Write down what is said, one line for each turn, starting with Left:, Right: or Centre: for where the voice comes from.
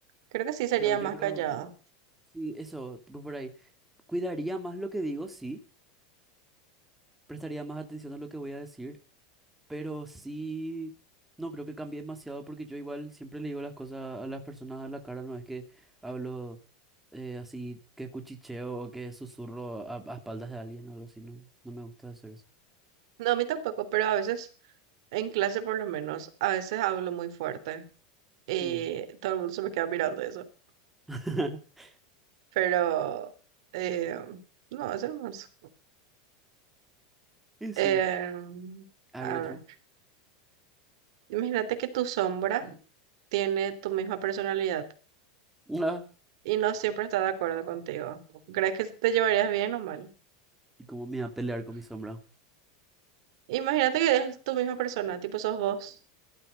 Right: Creo que sí sería
Centre: claro, yo
Right: más
Centre: creo...
Right: callado.
Centre: Sí, eso, tipo por ahí. Cuidaría más lo que digo, sí. Prestaría más atención a lo que voy a decir, pero sí, no creo que cambie demasiado porque yo igual siempre le digo las cosas a las personas a la cara, no es que hablo eh, así que cuchicheo o que susurro a, a espaldas de alguien o algo así, no, no me gusta hacer eso.
Right: No, a mí tampoco, pero a veces, en clase por lo menos, a veces hablo muy fuerte. Y
Centre: Mm.
Right: todo el mundo se me queda mirando eso.
Centre: <laughs>
Right: Pero, eh, no, es hermoso.
Centre: Y sí,
Right: Eh,
Centre: a
Right: a
Centre: ver otro.
Right: ver, imagínate que tu sombra tiene tu misma personalidad
Centre: Ah,
Right: y no siempre está de acuerdo contigo. ¿Crees que te llevarías bien o mal?
Centre: y cómo me iba a pelear con mi sombra,
Right: Imagínate que es tu misma persona, tipo sos vos.